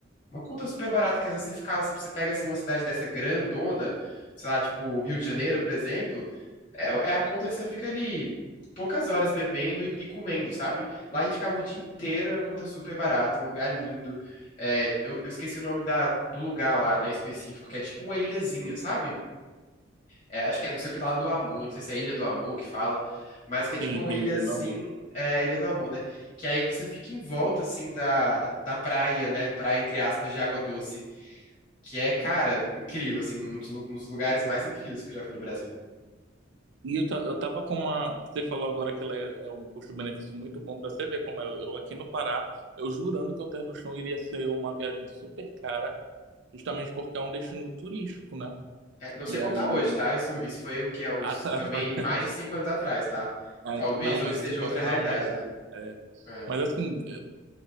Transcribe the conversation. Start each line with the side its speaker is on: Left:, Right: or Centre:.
Left: Uma conta super barata que às vezes você fica, você você pega assim uma cidade dessa grandona, sei lá, tipo Rio de Janeiro, por exemplo, é, é a conta que você fica ali poucas horas bebendo e, e comendo, sabe? Lá a gente ficava o dia inteiro em uma conta super barata, um lugar lindo. É, eu, eu esqueci o nome da, do lugar lá, né, específico, que é tipo uma ilhazinha, sabe? É, acho que é não sei o que lá do amor, não sei se é Ilha do Amor que fala, mas que é tipo
Right: Sim,
Left: uma
Right: tem
Left: ilhazinha,
Right: a Ilha do Amor.
Left: é, Ilha do Amor, né? Que aí você fica em volta, assim, da, da praia, né? Praia, entre aspas, de água doce que é, cara, incrível, assim, um dos, lu- um dos lugares mais incríveis que eu já fui no Brasil.
Right: E eu, ta- eu tava com uma. Você falou agora que ela é, é um custo-benefício muito bom pra você ver como é. Eu, eu aqui no Pará, eu jurando que o Terra do Chão iria ser uma viagem super cara, justamente porque é um destino turístico, né?
Left: É, não sei
Right: E
Left: como
Right: aí.
Left: tá hoje, tá? Isso, isso foi o que é uns,
Right: Ah, tá.
Left: também
Right: <laughs>
Left: mais de cinco anos atrás, tá?
Right: Ah,
Left: Talvez
Right: ent- não,
Left: hoje
Right: mas
Left: seja
Right: assim, posso
Left: outra realidade,
Right: dar uma olhada.
Left: né?
Right: É.
Left: É,
Right: Mas assim, eh,